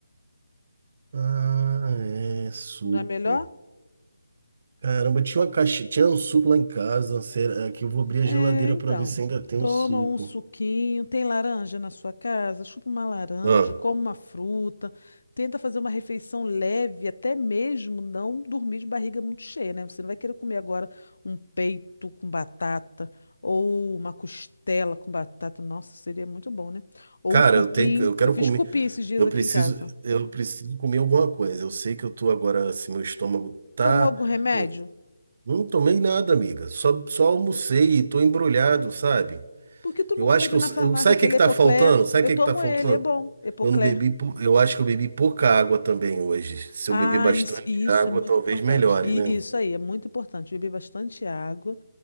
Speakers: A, on the right (about 35°); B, on the left (about 65°).
A: Ah, é suco.
B: Não é melhor?
A: Caramba, tinha uma caixa, tinha um suco lá em casa. Será que eu vou abrir
B: É,
A: a geladeira
B: então,
A: para ver se ainda tem
B: toma
A: um suco?
B: um suquinho, tem laranja na sua casa, chupa uma laranja,
A: Ah,
B: come uma fruta, tenta fazer uma refeição leve, até mesmo não dormir de barriga muito cheia, né? Você não vai querer comer agora um peito com batata ou uma costela com batata. Nossa, seria muito bom, né? Ou
A: cara,
B: um cupim.
A: eu tenho, que- eu quero
B: Eu fiz
A: comer.
B: cupim esses dias
A: Eu
B: aqui
A: preciso,
B: em casa.
A: eu preciso comer alguma coisa. Eu sei que eu tô agora, assim, meu estômago tá.
B: Tomou algum remédio?
A: Eu não tomei nada, amiga. Só, só almocei e tô embrulhado, sabe?
B: Por que tu
A: Eu
B: não
A: acho
B: pede
A: que eu,
B: na farmácia
A: eu- sabe
B: aquele
A: o que que
B: Epocler?
A: tá faltando? Sabe
B: Eu
A: o que
B: tomo
A: que tá faltando?
B: ele, é bom, Epocler.
A: Eu não bebi, pou- eu acho que eu bebi pouca água também hoje. Se
B: Ah,
A: eu beber bastante
B: isso, e isso
A: água,
B: é muito
A: talvez
B: importante.
A: melhore,
B: E
A: né?
B: isso aí é muito importante. Beber bastante água.